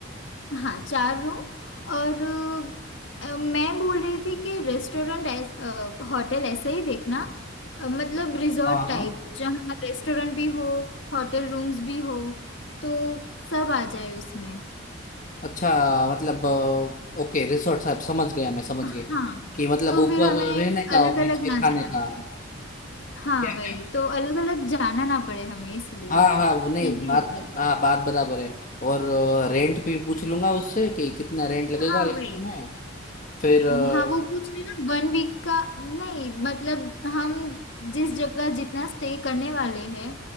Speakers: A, on the left; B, on the left.
A: हाँ चार रूम और अ, मैं बोल रही थी कि रेस्टोरेंट ऐस, अ, होटल ऐसे ही देखना अ, मतलब रिजॉर्ट
B: हाँ
A: टाइप
B: हाँ
A: जहाँ रेस्टोरेंट भी हो होटल रूम्स भी हो तो सब आ जाए उसमें
B: अच्छा मतलब अ, ओके रिसोर्ट साहब समझ गया मैं समझ
A: हाँ
B: गया कि मतलब
A: तो
B: ऊपर
A: फिर हमें
B: रहने का
A: अलग
B: और नीचे
A: अलग ना
B: खाने
A: जाना
B: का
A: पड़े हाँ
B: क्या
A: वही
B: क्या
A: तो अलग अलग जाना ना पड़े हमें इसलिए
B: हाँ हाँ वो नहीं
A: इजी
B: बात
A: हो जाए
B: हाँ बात बराबर है और रेंट भी पूछ लूंगा उससे कि कितना रेंट लगेगा
A: हाँ
B: रेस्टोरेंट
A: वही
B: में फिर अ,
A: हाँ वो पूछ रही ना वन वीक का नहीं मतलब हम जिस जगह जितना स्टे करने वाले हैं